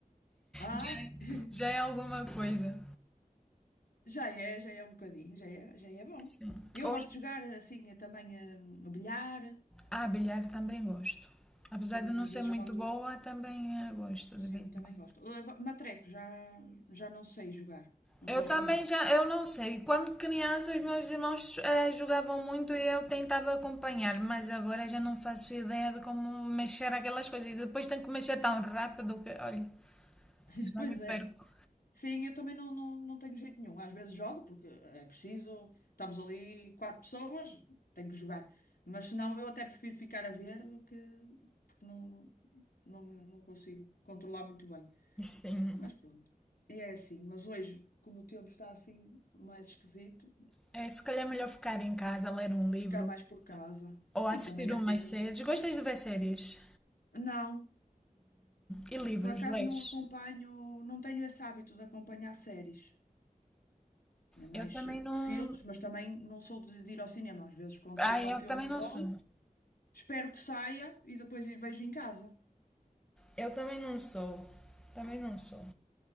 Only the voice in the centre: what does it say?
Já, é,
já é alguma coisa.
Sim.
Ou
em...
Ah, bilhar também gosto. Apesar
de não
ser
muito
boa, também eh, gosto
de vez em
quando.
Eu
também
já, eu não sei. Quando criança, os meus irmãos eh, jogavam muito e eu tentava acompanhar, mas agora já não faço ideia de como mexer aquelas coisas. Depois tenho que mexer tão rápido que, olha,
já
me
perco.
Sim.
É, se calhar é melhor ficar em casa, ler um livro
ou assistir
umas
séries. Gostas de ver séries
e livros,
lês?
Eu
também
não.
Ai,
eu
também
não sou.
Eu também não sou. Também não sou.